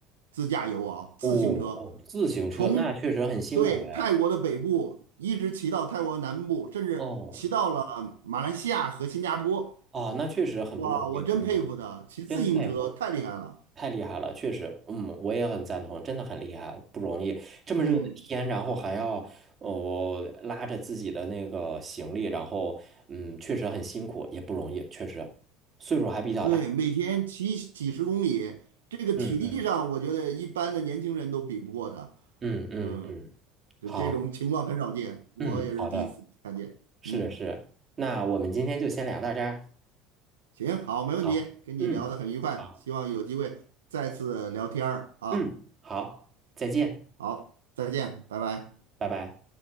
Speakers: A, on the right; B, on the right.
A: 自驾游啊，自行车
B: 哦哦，自行车那确实很辛苦嘞。
A: 从对泰国的北部一直骑到泰国南部，甚至骑到了马来西亚和新加坡。
B: 哦。啊，那确实很不容易，
A: 哇，我真佩服他，
B: 很不容易，
A: 骑自行车太厉害了。
B: 真佩服，太厉害了，确实，嗯，我也很赞同，真的很厉害，不容易，这么热的天，
A: 嗯，
B: 然后还要哦呃拉着自己的那个行李，然后嗯，确实很辛苦，也不容易，确实，岁数还比较大，
A: 对，每天骑几十公里，这个体力上我觉得一般的年轻人都比不过他。
B: 嗯嗯嗯嗯嗯，
A: 嗯，就这种情况很少见，
B: 好，
A: 我也是第一次看见。
B: 嗯，好的，是是，
A: 嗯，
B: 那我们今天就先聊到这儿，
A: 行，好，没问题，
B: 好，
A: 跟你聊得很愉快，
B: 嗯，好，
A: 希望有机会再次聊天儿啊。
B: 嗯，好，再见，
A: 好，再见，拜拜。
B: 拜拜。